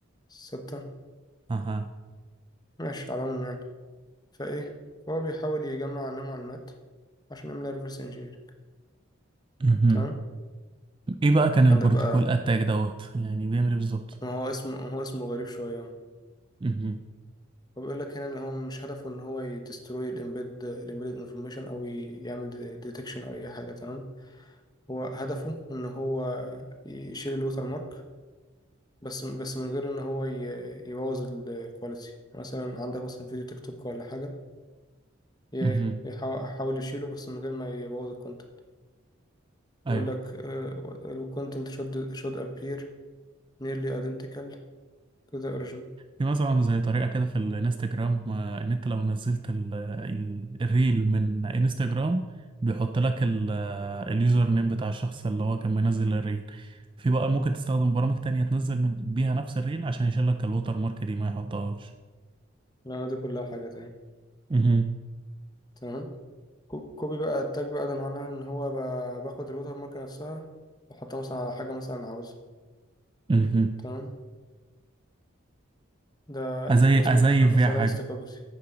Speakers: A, on the left (about 20°); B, on the right (about 25°).
A: الستة
B: اها
A: ماشي على العموم يعني فايه فهو بيحاول يجمع عنها معلومات عشان يعمل ريفرس انجينير
B: مهم.
A: تمام
B: ايه بقى كان البروتوكول
A: عندك بقى
B: اتاك دوت يعني بيعمل ايه بالظبط
A: ما هو اسمه هو اسمه غريب شويه أهو.
B: مهم.
A: هو بيقول لك هنا ان هو مش هدفه ان هو يدستروي الامبيد الامبيد انفورميشن او ي- يعمل ديتكشن او اي حاجه تمام هو هدفه ان هو يشيل الوتر مارك بس بس من غير ان هو ي- يبوظ الكواليتي مثلا عندك مثلا فيديو تيك توك ولا حاجه ي-
B: مهم.
A: يحاول يحاول يشيله بس من غير ما يبوظ الكونتنت
B: ايوه
A: بيقول لك الكونتنت should should appear nearly identical to the origin
B: في مثلا زي طريقة كده في الانستجرام آه، ان انت لو نزلت ال- ال- الريل من انستجرام بيحط لك ال اليوزر نيم بتاع الشخص اللي هو كان منزل الريل في بقى ممكن تستخدم برامج تانية تنزل من بيها نفس الريل عشان يشيل لك الوتر مارك دي ما يحطهاش
A: لا دي كلها حاجة تاني
B: مهم.
A: تمام كو- كوبي بقى التاج بقى ده معناه ان هو بقى باخد الوتر مارك نفسها واحطها مثلا على حاجة مثلا عاوزها
B: مهم.
A: تمام ده
B: أزي
A: involves
B: أزيف
A: making an
B: فيها
A: authorized
B: حاجة
A: copy